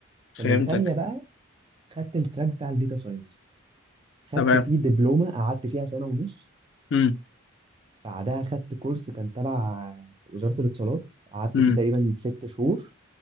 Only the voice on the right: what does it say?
فمن تانية بقى خدت التراك بتاع الداتا ساينس خدت
فيه دبلومة قعدت فيها سنة ونص
بعدها خدت كورس كان تبع وزارة الاتصالات قعدت
فيه تقريبا ست شهور